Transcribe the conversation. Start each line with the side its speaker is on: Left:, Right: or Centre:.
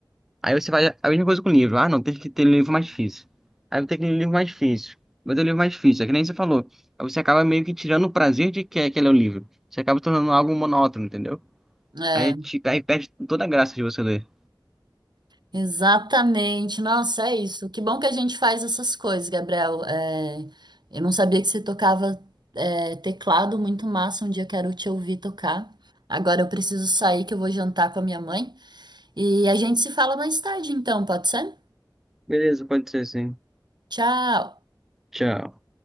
Centre: Aí você vai a mesma coisa com o livro. Ah, não, tem que ter livro mais difícil. Aí tem que ter livro mais difícil. Mas é o livro mais difícil, é que nem você falou. Aí você acaba meio que tirando o prazer de que aquele é o livro. Você acaba tornando algo monótono, entendeu?
Right: É,
Centre: Aí, te, aí perde toda a graça de você ler.
Right: exatamente. Nossa, é isso. Que bom que a gente faz essas coisas, Gabriel. É, eu não sabia que você tocava é, teclado, muito massa. Um dia quero te ouvir tocar. Agora eu preciso sair, que eu vou jantar com a minha mãe. E a gente se fala mais tarde, então, pode ser?
Centre: Beleza, pode ser sim.
Right: Tchau!
Centre: Tchau.